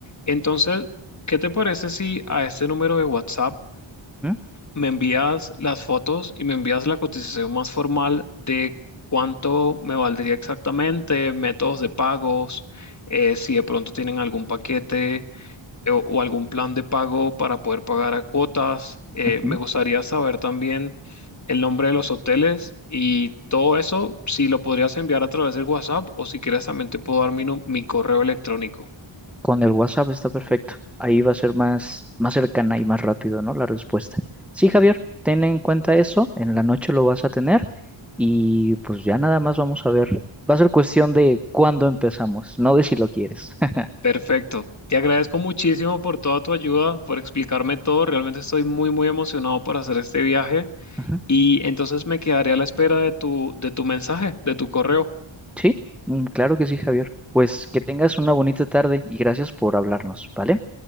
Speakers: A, on the left (about 35°); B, in the centre.
A: Entonces, ¿qué te parece si a este número de WhatsApp
B: ujú,
A: me envías las fotos y me envías la cotización más formal de cuánto me valdría exactamente, métodos de pagos, eh, si de pronto tienen algún paquete eh, o, o algún plan de pago para poder pagar a cuotas. Eh,
B: ujú.
A: me gustaría saber también el nombre de los hoteles y todo eso, si lo podrías enviar a través del WhatsApp o si quieres también te puedo dar mi, nu- mi correo electrónico.
B: Con el WhatsApp está perfecto. Ahí va a ser más, más cercana y más rápido, ¿no? La respuesta. Sí, Javier, ten en cuenta eso. En la noche lo vas a tener y pues ya nada más vamos a ver. Va a ser cuestión de cuándo empezamos, no de si lo quieres. <laughs>
A: Perfecto. Te agradezco muchísimo por toda tu ayuda, por explicarme todo. Realmente estoy muy, muy emocionado por hacer este viaje
B: Ujú.
A: y entonces me quedaré a la espera de tu, de tu mensaje, de tu correo.
B: Sí, mm, claro que sí, Javier. Pues que tengas una bonita tarde y gracias por hablarnos, ¿vale?